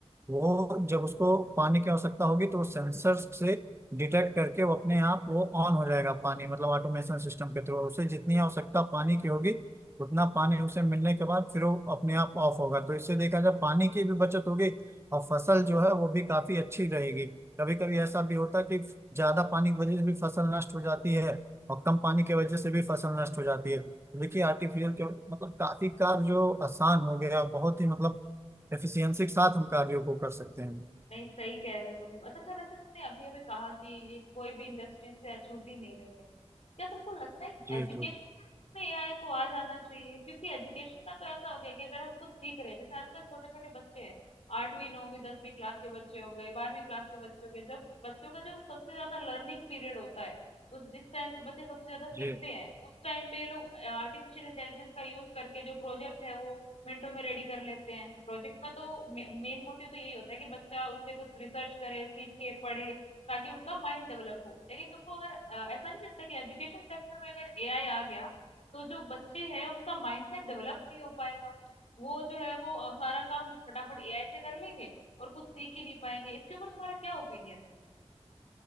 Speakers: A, on the right; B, on the left.
A: वो जब उसको पानी की आवश्यकता होगी तो सेंसर से डिटेक्ट करके वो अपने आप वो ऑन हो जाएगा पानी मतलब ऑटोमेशन सिस्टम के थ्रू उसे जितनी आवश्यकता पानी की होगी उतना पानी उसे मिलने के बाद फिर वो अपने आप ऑफ होगा तो इससे देखा जाए पानी की भी बचत होगी और फसल जो है वो भी काफी अच्छी रहेगी कभी कभी ऐसा भी होता है कि ज्यादा पानी की वजह से भी फसल नष्ट हो जाती है और कम पानी की वजह से भी फसल नष्ट हो जाती है देखिए आर्टिफिशियल के मतलब काफी कार्य आसान हो गया बहुत ही मतलब एफिशिएंसी के साथ हम कार्यों को कर सकते हैं
B: नहीं सही कह रहे हो तुम ये बात अच्छा वैसे तुमने अभी अभी कहा कि ये कोई भी इंडस्ट्री से अछूती नहीं रही है क्या तुमको लगता है कि
A: जी
B: एजुकेशन
A: जी
B: में एआई को आ जाना चाहिए क्योंकि एजुकेशन का तो ऐसा हो गया कि अगर हम कुछ सीख रहे हैं जैसे आजकल छोटे छोटे बच्चे हैं आठवीं नौवीं दसवीं क्लास के बच्चे हो गए बारहवीं क्लास के बच्चे हो गए जब बच्चों का जो सबसे ज्यादा लर्निंग पीरियड होता है उस जिस टाइम पे बच्चे सबसे ज्यादा सीखते
A: जी
B: हैं उस टाइम पे ये लोग आर्टिफिशियल इंटेलिजेंस का यूज करके जो प्रोजेक्ट है वो मिनटों में रेडी कर लेते हैं प्रोजेक्ट का तो मेन मोटिव तो यही होता है कि बच्चा उससे कुछ रिसर्च करे सीखे पढ़े ताकि उनका माइंड डेवलप हो लेकिन तुमको अगर अ, ऐसा नहीं लगता कि एजुकेशन सेक्टर में अगर एआई आ गया तो जो बच्चे हैं उनका माइंडसेट डेवलप नहीं हो पाएगा वो जो है वो अ, सारा काम फटाफट एआई से कर लेंगे और कुछ सीख ही नहीं पाएंगे इसके ऊपर तुम्हारा क्या ओपिनियन है